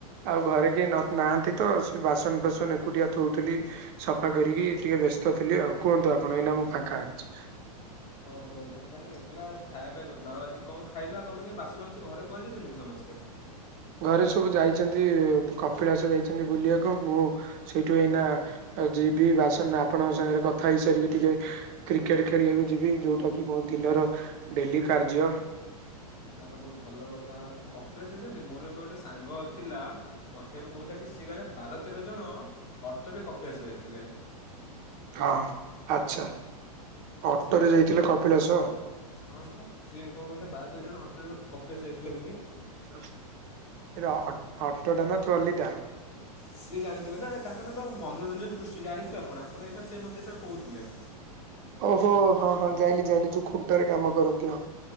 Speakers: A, on the right (about 40°); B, on the left (about 35°).
A: ଆଉ ଘରେ କିଏ ନ ନାହାଁନ୍ତି। ତ ସେ ବାସନ ଫାସନ ଏକୁଟିଆ ଥଉଥିଲି। ସଫା କରିକି ଟିକେ, ବ୍ୟସ୍ତ ଥିଲି ଆଉ। କୁହନ୍ତୁ ଆପଣ, ଏଇନା ମୁଁ ଫାଙ୍କା ଅଛି।
B: ଓହୋ! ତମେ ତାହେନେ ଏକଲା ଖାଇବା ପିଆ କରୁଥିଲ। ଆଉ, ଆଜି କଣ ଖାଇଲ? ତମେ କାଇଁ, ବାସନାଉଚ ଘରେ କୁଆ ଯାଇଛନ୍ତି କି ସମସ୍ତେ?
A: ଘରେ ସବୁ ଯାଇଛନ୍ତି, କପିଳାସ ଯାଇଛନ୍ତି, ବୁଲିବାକୁ ମୁଁ ସେଇଠୁ ଏଇନା ଯିବି। ବାସନ ଆପଣଙ୍କ ସାଙ୍ଗରେ କଥା ହେଇସାରିକି ଟିକେ କ୍ରିକେଟ୍ ଖେଳିବାକୁ ଯିବି। ଯୋଉଟା କି ମୋ ଦିନର ଡେଲି କାର୍ଯ୍ୟ।
B: ତା ତ ବହୁତ ଭଲ କଥା। କପିଳାସ ଯାଇଛନ୍ତି, ମୋର ଏବେ ଗୋଟେ ସାଙ୍ଗ ଥିଲା ମତେ ଏ ବି କହୁଥିଲା କି, ସିଏ କାଳେ ବାର ତେର ଜଣ ଅଟରେ କପିଆସ ଯାଇଥିଲେ।
A: ହଁ, ଆଚ୍ଛା! ଅଟୋରେ
B: ସେଇଆ ପା
A: ଯାଇଥିଲେ କପିଳାସ?
B: ହଁ, ପା ସିଏ କଣ କହିଲେ, ବାର ତେର ଜଣ ଅଟରେ କପିଳାସ ଯାଇଥିଲେ ବୋଲି?
A: ଇରେ ଅ-ଅଟୋ ଟା ନା ଟ୍ରଲି ଟା?
B: ସିଏ ଜାଣିଥିବେ ନା! ତାଙ୍କ ନାଁ ପା ମନୋରଞ୍ଜନ୍ ପୃଷ୍ଟି। ଜାଣିଥିବେ ଆପଣ? ଆପଣ ଏଇସୟ ସେ ମତେ ଏଇସ କହୁଥିଲେ।
A: ଓହୋ! ହଁ ହଁ ଯାଇଁଲିି ଯାଇଁଲି, ଯୋଉ ଖୁଣ୍ଟରେ କାମ କରନ୍ତି। ହଁ,